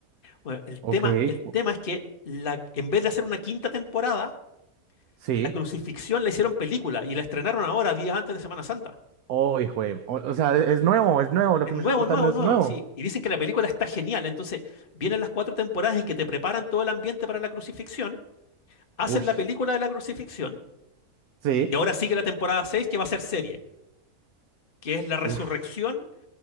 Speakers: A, on the left; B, on the right.
A: Bueno, el tema,
B: Ok.
A: el tema
B: o-
A: es que la, en vez de hacer una quinta temporada,
B: Sí.
A: la crucifixión la hicieron película y la estrenaron ahora, días antes de Semana Santa.
B: Oh, hijo de- O, o sea, es nuevo, es nuevo. Lo
A: Es
B: que
A: nuevo,
B: me estás contando
A: nuevo,
B: es
A: nuevo,
B: nuevo.
A: sí. Y dicen que la película está genial. Entonces, vienen las cuatro temporadas en que te preparan todo el ambiente para la crucifixión, hacen
B: Ush.
A: la película de la crucifixión
B: Sí.
A: y ahora sigue la temporada seis que va a ser serie. que es la resurrección
B: Uf.